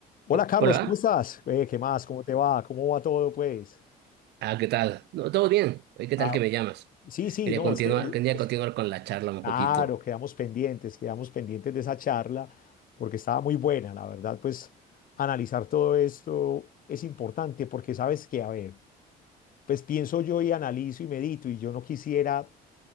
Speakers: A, on the left (about 55°); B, on the right (about 80°).
A: Hola
B: O-
A: Carlos,
B: Hola,
A: ¿cómo estás? Eh, ¿qué más? ¿Cómo te va? ¿Cómo va todo, pues?
B: ah, ¿qué tal? No, todo bien. Oye, ¿qué
A: Ah,
B: tal que me llamas?
A: sí, sí,
B: Quería
A: no,
B: continuar,
A: es que, eh,
B: quería
A: es-
B: continuar con la charla un
A: claro,
B: poquito.
A: quedamos pendientes, quedamos pendientes de esa charla, porque estaba muy buena, la verdad, pues analizar todo esto es importante, porque sabes que, a ver, pues pienso yo y analizo y medito, y yo no quisiera